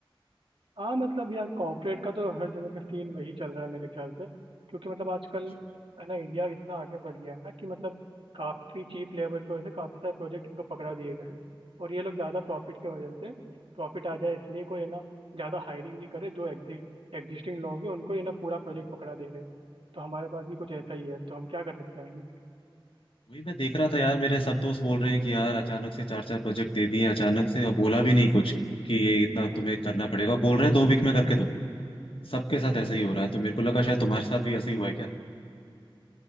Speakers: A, on the right; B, on the left.
A: हाँ मतलब यार कॉर्पोरेट का तो हर जगह का सीन वही चल रहा है मेरे ख्याल से क्योंकि मतलब आजकल
B: अच्छा।
A: है ना इंडिया इतना आगे बढ़ गया है ना कि मतलब काफ़ी चीप लेबर की वजह से काफ़ी सारे प्रोजेक्ट इनको पकड़ा दिए गए हैं और ये लोग ज़्यादा प्रॉफिट की वजह से प्रॉफिट आ जाए इसलिए कोई है ना ज़्यादा हायरिंग नहीं करे जो एग्जिस्टिंग लोग हैं उनको ये ना पूरा प्रोजेक्ट पकड़ा दे रहे हैं तो हमारे पास भी कुछ ऐसा ही है तो हम क्या कर सकते हैं आगे?
B: वही मैं देख रहा था यार मेरे सब दोस्त बोल रहे हैं कि यार अचानक से चार चार प्रोजेक्ट दे दिए अचानक से और बोला भी नहीं कुछ कि ये इतना तुम्हें करना पड़ेगा बोल रहे हैं दो वीक में करके दो सबके साथ ऐसे ही हो रहा है तो मेरे को लगा शायद तुम्हारे साथ भी ऐसे ही हुआ है क्या